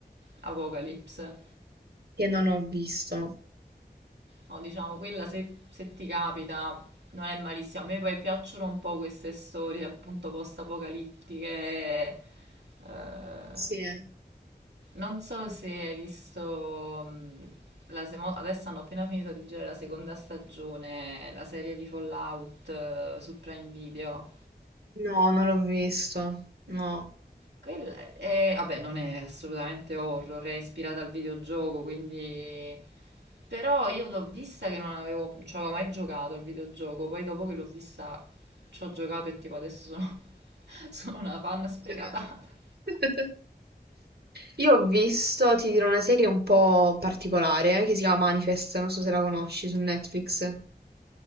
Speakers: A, on the right; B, on the right.
A: Apocalypse.
B: che non ho visto.
A: No, diciamo quella se, se ti capita non è malissima. A me poi piacciono un po' queste storie appunto post-apocalittiche. eh,
B: Sì.
A: Non so se hai visto, mh, la semo- adesso hanno appena finito di girare la seconda stagione, la serie di Fallout eh, su Prime Video.
B: No, non l'ho visto, no.
A: Quella è, vabbè, non è assolutamente horror, è ispirata al videogioco, quindi... Però io l'ho vista che non avevo, non ci avevo mai giocato al videogioco, poi dopo che l'ho vista ci ho giocato e tipo adesso sono, <laughs> sono una fan sfegatata.
B: Impressionante. <laughs> Io ho visto, ti dirò, una serie un po' particolare eh, che si chiama Manifest, non so se la conosci su Netflix.